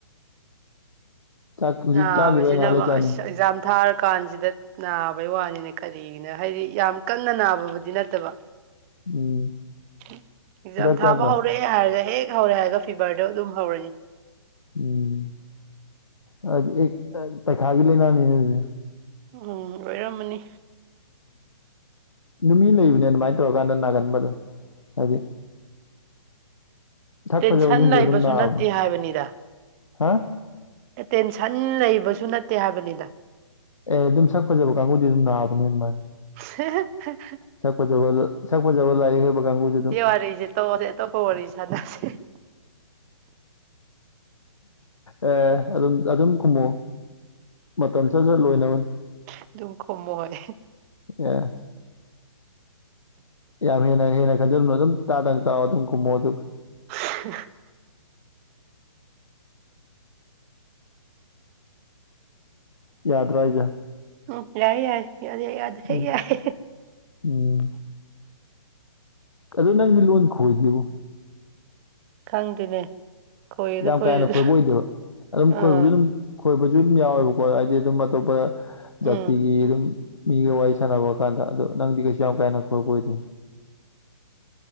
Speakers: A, on the left; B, on the right.
A: ꯆꯥꯛ ꯍꯧꯖꯤꯛ
B: ꯅꯥꯕꯁꯤꯅ
A: ꯆꯥꯈꯤꯔꯣꯏ ꯉꯥꯏꯍꯥꯛ ꯂꯩ ꯆꯥꯅꯤ
B: ꯑꯁ ꯑꯦꯛꯖꯥꯝ ꯊꯥꯔꯀꯥꯟꯖꯤꯗ ꯅꯥꯕꯩ ꯋꯥꯅꯤꯅꯦ ꯀꯔꯤ ꯀꯩꯒꯤꯅ ꯍꯥꯏꯗꯤ ꯌꯥꯝ ꯀꯟꯅ ꯅꯥꯕꯕꯨꯗꯤ ꯅꯠꯇꯕ
A: ꯎꯝ
B: ꯑꯦꯛꯖꯥꯝ
A: ꯍꯤꯗꯥꯛ
B: ꯊꯥꯕ
A: ꯆꯥꯗ꯭ꯔꯣ
B: ꯍꯧꯔꯦ ꯌꯥꯔꯒ ꯍꯦꯛ ꯍꯧꯔꯦ ꯍꯥꯏꯒ ꯐꯤꯚꯔꯗꯣ ꯑꯗꯨꯝ ꯍꯧꯔꯅꯤ
A: ꯎꯝ ꯑꯧꯗꯤ ꯑꯦꯛ ꯄꯩꯈꯥꯒꯤ ꯂꯥꯏꯅꯥꯅꯤꯅꯦ ꯑꯗꯨꯗꯦ
B: ꯑ ꯑꯣꯏꯔꯝꯃꯅꯤ
A: ꯎꯝ ꯃꯤ ꯂꯩꯕꯅꯦ ꯑꯗꯨꯃꯥꯏꯅ ꯇꯧꯔꯀꯥꯟꯗ ꯅꯥꯒꯟꯕꯗꯨꯝ ꯍꯥꯏꯗꯤ ꯁꯛ
B: ꯇꯦꯟꯁꯟ
A: ꯐꯖꯕꯁꯤꯡꯁꯦ
B: ꯂꯩꯕꯁꯨ
A: ꯑꯗꯨꯝ ꯅꯥꯕꯅꯦ
B: ꯅꯠꯇꯦ ꯍꯥꯏꯕꯅꯤꯗ
A: ꯍꯥ
B: ꯇꯦꯟꯁꯟ ꯂꯩꯕꯁꯨ ꯅꯠꯇꯦ ꯍꯥꯏꯕꯅꯤꯗ
A: ꯑꯦ ꯑꯗꯨꯝ ꯁꯛ ꯐꯖꯕ ꯀꯥꯡꯒꯨꯗꯤ ꯑꯗꯨꯝ ꯅꯥꯕꯅꯦ ꯑꯗꯨꯃꯥꯏꯟ
B: ꯍꯦꯍꯦ ꯍꯦꯍꯦ
A: ꯁꯛ ꯐꯖꯕ ꯂꯥꯏꯔꯤꯛ ꯍꯩꯕ ꯀꯥꯡꯕꯨꯗꯤ ꯑꯗꯨꯝ
B: ꯁꯤ ꯋꯥꯔꯤꯁꯦ ꯇꯣꯛꯑꯁꯦ ꯑꯇꯣꯞꯄ ꯋꯥꯔꯤ ꯁꯥꯥꯟꯅꯁꯦ
A: ꯑ ꯑꯗꯨꯝ ꯑꯗꯨꯝ ꯈꯨꯝꯃꯣ ꯃꯇꯝ ꯆꯠ ꯆꯠ ꯂꯣꯏꯅꯕꯅꯤ
B: ꯑꯗꯨꯝ ꯈꯨꯝꯃꯣ ꯍꯣꯏ
A: ꯑꯦ ꯌꯥꯝ ꯍꯦꯟꯅ ꯍꯦꯟꯅ ꯈꯟꯖꯤꯜꯂꯨꯅꯨ ꯑꯗꯨꯝ ꯇꯥꯗꯪ ꯇꯥꯑꯣ ꯑꯗꯨꯝ ꯈꯨꯝꯃꯣ ꯑꯗꯨꯒ
B: ꯍ <inaudible>
A: ꯌꯥꯗ꯭ꯔꯣ ꯍꯥꯏꯖꯦ
B: ꯎꯝ ꯌꯥꯏ ꯌꯥꯏ ꯌꯥꯅꯦ ꯌꯥꯗꯦ ꯍꯦꯛ
A: ꯎꯝ
B: ꯌꯥꯏ
A: ꯎꯝ ꯑꯗꯨ ꯅꯪꯗꯤ ꯂꯣꯟ ꯈꯣꯏꯗꯦꯕꯣ
B: ꯈꯪꯗꯦꯅꯦ ꯈꯣꯏꯔꯦꯗ
A: ꯌꯥꯝ
B: ꯈꯣꯏꯔꯦꯗ
A: ꯀꯥ ꯍꯦꯟꯅ ꯈꯣꯏꯕ ꯑꯣꯏꯗꯦꯕ ꯑꯗꯨꯝ
B: ꯑꯥ
A: ꯈꯣꯏꯕꯖꯨ ꯑꯗꯨꯝ ꯈꯣꯏꯕꯖꯨ ꯑꯗꯨꯝ ꯌꯥꯎꯋꯦꯕꯀꯣ ꯍꯥꯏꯗꯤ ꯑꯗꯨꯝ ꯑꯇꯣꯞꯄ
B: ꯎꯝ
A: ꯖꯥꯇꯤꯒꯤ ꯑꯗꯨꯝ ꯃꯤꯒ ꯋꯥꯔꯤ ꯁꯥꯟꯅꯕ ꯀꯥꯟꯗ ꯑꯗꯣ ꯅꯪꯗꯤ ꯀꯩꯁꯨ ꯌꯥꯝ ꯀꯦꯟꯅ ꯈꯣꯏꯕ ꯑꯣꯏꯗꯦ